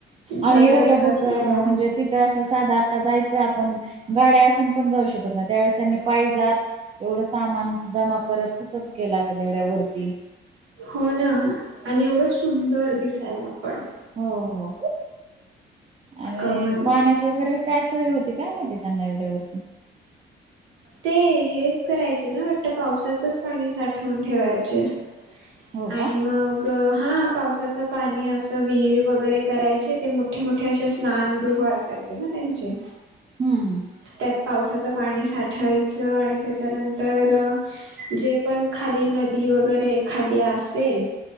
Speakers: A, on the right; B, on the right.
A: आणि
B: दगडाच
A: एवढं बघ
B: असल्यामुळं
A: म्हणजे ति ते असं साधा आता जायचं आपण गाड्या असून पण जाऊ शकत नाही त्यावेळेस त्यांनी पायी जात एवढं सामान जमा करत कसं केलं असेल एवढ्या वरती
B: हो ना आणि एवढं सुंदर दिसायला पण
A: हो हो आणि
B: कमालच.
A: पाण्याची वगैरे काय सोय होती ते काय माहितीय त्यांना एवढ्या वरती
B: ते हेच करायचे ना वाटतं पावसाचचं पाणी साठवून ठेवायचे
A: हो
B: आणि
A: का
B: मग हो हा पावसाचं पाणी असं विहीर वगैरे करायचे ते मोठे मोठे असे स्नानगृह असाय चे ना त्यांचे
A: हम्म
B: त्यात पावसाचं पाणी साठ ठेवायचं आणि त्याच्यानंतर जे पण खाली नदी वगैरे एखादी असेल